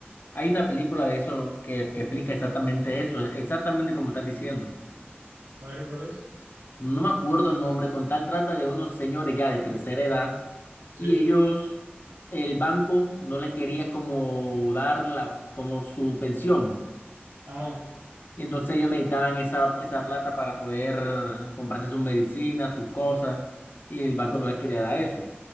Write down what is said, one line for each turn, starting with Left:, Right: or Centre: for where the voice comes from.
Left: hay una película de eso que, que explica exactamente eso, exactamente como estás diciendo.
Right: A ver cuál es.
Left: no me acuerdo el nombre, con tal trata de unos señores ya de tercera edad
Right: Sí.
Left: y ellos, el banco no le quería como dar la, como su pensión.
Right: Ajá,
Left: Y entonces ellos necesitaban esa, esa plata para poder comprarse sus medicinas, sus cosas, y el banco
Right: sí,
Left: no le quería dar eso.